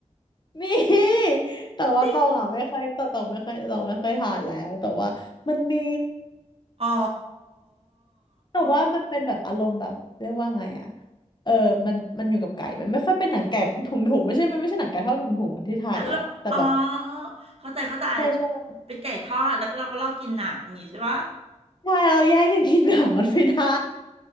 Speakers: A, on the left; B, on the right.
A: นี่แต่ว่าตองอ่ะไม่ค่อยแต่ตองไม่ค่อยตองไม่ค่อยทานแล้วแต่ว่ามันมี
B: จริงเหรออ๋อ
A: แต่ว่ามันเป็นแบบอารมณ์แบบเรียกว่าไงอะเออมันมันอยู่กับไก่มันไม่ค่อยเป็นหนังไก่เป็นถุงถุงไม่ใช่มันไม่ใช่หนังไก่เท่าถุงถุงเหมือนที่ไทยอะแต่แบบ
B: อ่ะแล้วอ๋อเข้าใจเข้าใจ
A: ใช่ใช่
B: เป็นไก่ทอดแล้วก็เราก็ลอกกินหนังอย่างงี้ใช่ปะ
A: ใช่เราแย่งกันกินหนังกันไม่ได้